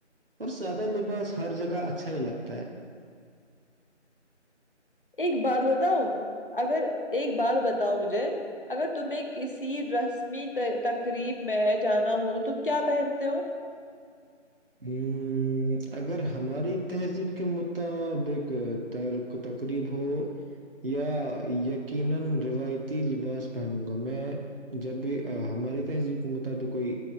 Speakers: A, on the right; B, on the left.
A: اور سادہ لباس ہر جگہ اچھا ہی لگتا ہے
B: ایک بات بتاؤ اگر ایک بات بتاؤ مجھے اگر تمہیں کسی رنگ می تقریب میں جانا ہوں تو تم کیا پہنتے ہو
A: امم اگر ہماری تہذیب کے مطابق ترک تقریب ہو یا یقینا روایتی لباس پہنوں گا میں جب بھی ہماری تہذیب کے مطابق کوئی